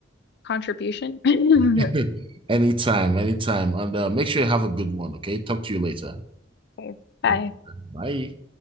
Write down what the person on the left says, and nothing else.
contribution. <laughs>
Okay. Bye.